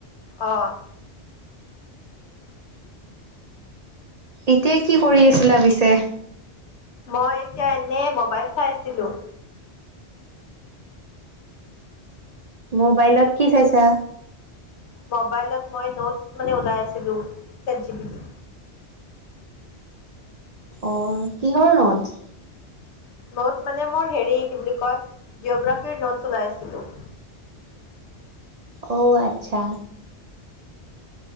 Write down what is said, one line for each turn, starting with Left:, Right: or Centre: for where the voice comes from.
Left: অ'।
Right: এতিয়া কি কৰি আছিলা পিছে?
Left: মই এতিয়া এনেই মোবাইল চাই আছিলোঁ।
Right: মোবাইলত কি চাইছা?
Left: ম'বাইলত মই নোটছ মানে ওলাই আছিলোঁ, ছেট জি পি তিত।
Right: অ', কিহৰ নোটচ?
Left: নোট মানে মোৰ হেৰি কি বুলি কয়, জিঅগ্ৰাফিৰ নোট ওলাই আছিলো।
Right: অ', আচ্ছা।